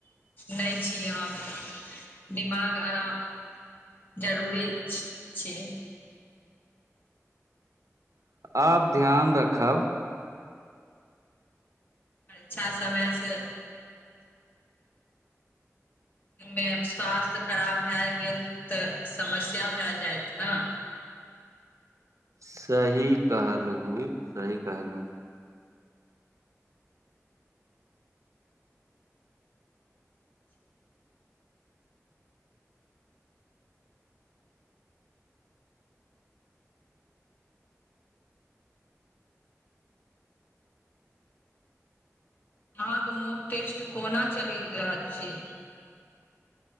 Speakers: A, on the left; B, on the right.
A: नहि छी अहाँके दिमाग आराम- - जरूरी छछी- -
B: आब ध्यान रखब।
A: परिक्षा समय से- - मे स्वास्थ खराब भए गेल तऽ समस्या भए जायत न।
B: सही कहलू -सही कहलू --
A: अहाँके मोक टेस्ट कोना चलि रह अछि।